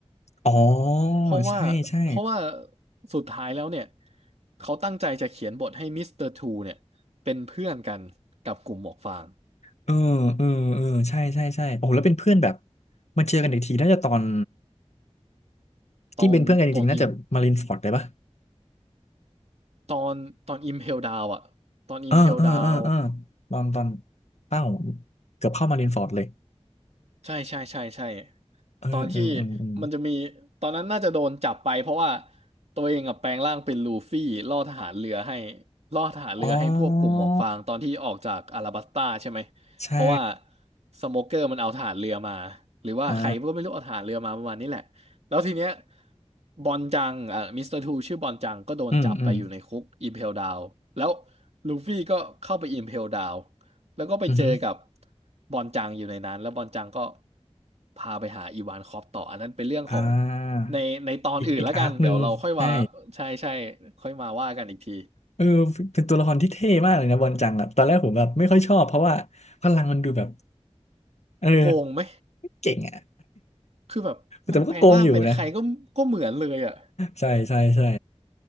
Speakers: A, on the left (about 75°); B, on the right (about 70°).
A: อ๋อ
B: เพราะว่าเพราะว่า
A: ใช่ใช่
B: สุดท้ายแล้วเนี่ยเขาตั้งใจจะเขียนบทให้มิสเตอร์ทูเนี่ยเป็นเพื่อนกันกับกลุ่มหมวกฟาง
A: เออเออเออใช่ใช่ใช่โอ้แล้วเป็นเพื่อนแบบมันเจอกันอีกทีน่าจะตอนที่เป็นเพื่อนกันจริงๆน่าจะมารินฟอร์ดเลยปะ
B: ตอนตอนอิมตอนตอนอิมเพลดาวอะตอนอิมเพลดาว
A: เออเออเออเออตอนตอนเอ้าเกือบเข้ามารินฟอร์ดเลย
B: ใช่ใช่ใช่ใช่
A: เออเออเออเออ
B: ตอนที่มันจะมีตอนนั้นน่าจะโดนจับไปเพราะว่าตัวเองกับแปลงร่างเป็นลูฟี่ล่อทหารเรือให้ล่อทหารเรือให้พวกกลุ่มหมวกฟางตอนที่ออกจากอาราบัสตาใช่ไหม
A: อ๋อใช่
B: เพราะว่าสโมเกอร์มันเอาทหารเรือมาหรือว่าใครก็ไม่รู้เอาทหารเรือมาประมาณนี้แหละแล้วทีเนี้ย
A: อ่า
B: บอนจังอ่ะมิสเตอร์ทูชื่อบอนจังก็โดนจับไปอยู่ในคุกอิมเพลดาวแล้ว
A: อืมอืม
B: ลูฟี่ก็เข้าไปอิมเพลดาว แล้วก็ไปเจอกับ
A: อือฮึ
B: บอนจังอยู่ในนั้นแล้วบอนจังก็พาไปหาอีวานคอปต่ออันนั้นเป็นเรื่องของ
A: อ่า
B: ในในตอนอื่นแล้วกันเดี๋ยวเราค่อยมา
A: อีกอีกอาร์คหนึ่งใช่
B: ใช่ใช่ค่อยมาว่ากันอีกที
A: เออเป็นตัวละครที่เท่มากเลยนะบอนจังอะตอนแรกผมแบบไม่ค่อยชอบเพราะว่าพลังมันดูแบบเออ
B: โกงไหม
A: ไม่เก่งอะ
B: คือแบบมันแปลงร่างเป็นใครก็ก็เหมือนเลยอ่ะ
A: แต่มันก็โกงอยู่นะใช่ใช่ใช่